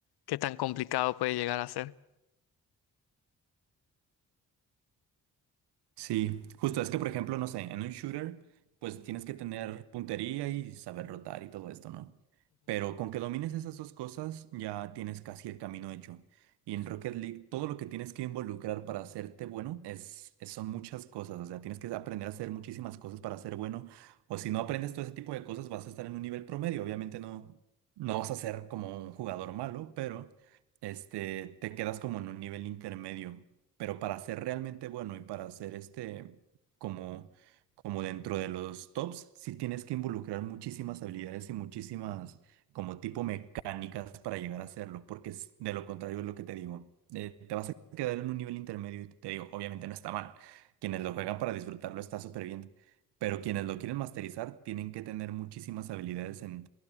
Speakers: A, on the left (about 70°); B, on the right (about 80°).
A: qué tan complicado puede llegar a ser.
B: Sí, justo es que, por ejemplo, no sé, en un shooter, pues tienes que tener puntería y saber rotar y todo esto, ¿no? Pero con que domines esas dos cosas, ya tienes casi el camino hecho. Y en Rocket League, todo lo que tienes que involucrar para hacerte bueno es, es- son muchas cosas. O sea, tienes que aprender a hacer muchísimas cosas para ser bueno. O si no aprendes todo ese tipo de cosas, vas a estar en un nivel promedio. Obviamente no, no vas a ser como un jugador malo, pero este, te quedas como en un nivel intermedio. Pero para ser realmente bueno y para ser este como, como dentro de los tops, sí tienes que involucrar muchísimas habilidades y muchísimas como tipo mecánicas para llegar a hacerlo, porque es- de lo contrario es lo que te digo. eh, te vas a quedar en un nivel intermedio y te digo, obviamente no está mal. Quienes lo juegan para disfrutarlo está súper bien, pero quienes lo quieren masterizar tienen que tener muchísimas habilidades en,